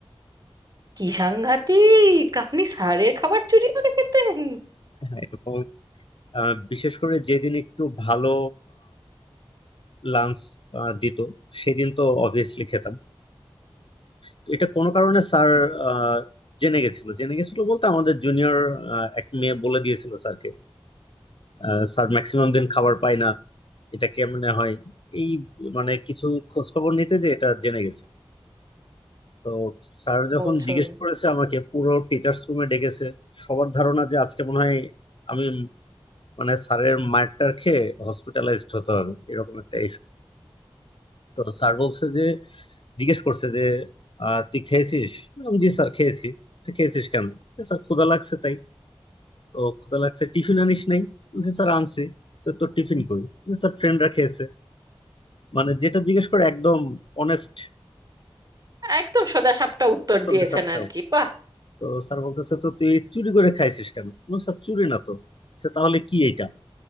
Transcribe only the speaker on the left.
হ্যাঁ, এবং আহ, বিশেষ করে যেদিন একটু ভালো লাঞ্চ দিত সেদিন তো অবভিয়াসলি খেতাম তো এটা কোনো কারণে স্যার আহ, জেনে গেছিল জেনে গেছিল বলতে আমাদের জুনিয়র এক মেয়ে বলে দিয়েছিল স্যারকে আহ, স্যার ম্যাক্সিমাম দিন খাবার পায় না এটা কেমনে হয় এই মানে কিছু খোঁজ খবর নিতে যে এটা জেনে গেছে তো স্যার যখন
জিজ্ঞেস করেছে আমাকে পুরো টিচার্স রুমে ডেকেছে সবার ধারণা যে আজকে মনে হয় আমি মানে স্যারের মারটার খেয়ে হসপিটালাইজড হতে হবে এরকম একটা তো স্যার বলছে যে জিজ্ঞেস করছে যে আহ, তুই খেয়েছিস আমি বললাম, জি স্যার খেয়েছি তো খেয়েছিস কেন যে স্যার ক্ষুধা লাগছে তাই তো ক্ষুধা লাগছে টিফিন আনিস নাই যে স্যার আনছি তো তোর টিফিন কই যে স্যার ফ্রেন্ডরা খেয়েছে মানে যেটা জিজ্ঞেস করে একদম অনেস্ট
সত্যি
সত্যি।
তো স্যার বলতেছে তো তুই চুরি করে খাইছিস কেন আমি বললাম, স্যার চুরি না তো সে তাহলে কি এটা